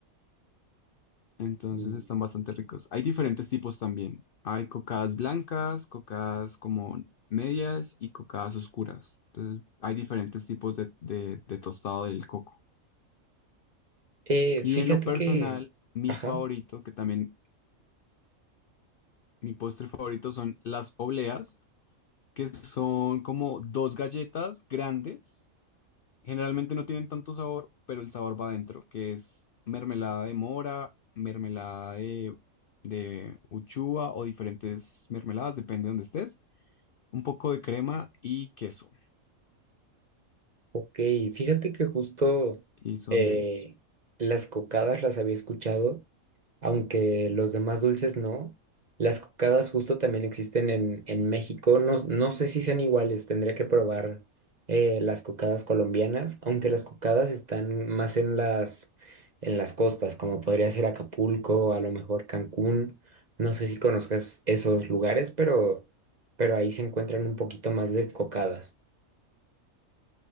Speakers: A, on the left; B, on the right.
A: Entonces
B: Mm,
A: están bastante ricos. Hay diferentes tipos también. Hay cocadas blancas, cocadas como medias y cocadas oscuras. Entonces hay diferentes tipos de, de- de tostado del coco.
B: Eh,
A: Y
B: fíjate
A: en lo personal,
B: que,
A: mi
B: ajá.
A: favorito, que también mi postre favorito son las obleas, que son como dos galletas grandes Generalmente no tienen tanto sabor, pero el sabor va adentro, que es mermelada de mora, mermelada de, de uchuva o diferentes mermeladas, depende de donde estés. Un poco de crema y queso.
B: Ok, fíjate que justo
A: Y son
B: eh,
A: delis.
B: las cocadas las había escuchado, aunque los demás dulces no. Las cocadas justo también existen en, en México. No, no sé si sean iguales, tendría que probar eh, las cocadas colombianas, aunque las cocadas están más en las, en las costas, como podría ser Acapulco, a lo mejor Cancún. No sé si conozcas esos lugares, pero, pero ahí se encuentran un poquito más de cocadas.